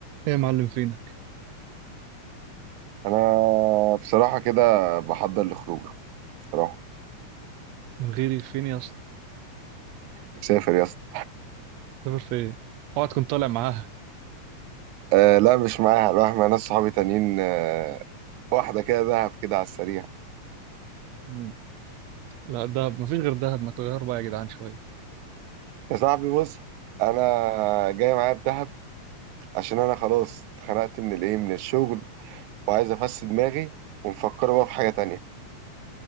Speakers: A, on the right; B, on the right.
A: ايه يا معلم فينك
B: انا بصراحه كده بحضر لخروجه بصراحه
A: من غيري فين يا اسطى
B: مسافر يا اسطى
A: سافر في ايه اوعى تكون طالع معاها
B: أه لا مش معاها رايح مع ناس صحابي تانيين أه واحده كده دهب كده على السريع
A: مم. لا دهب مفيش غير دهب ما تغير بقى يا جدعان شويه
B: يا صاحبي بص انا جاي معايا بدهب عشان انا خلاص اتخنقت من الايه من الشغل وعايز افس دماغي ومفكر بقى في حاجه تانية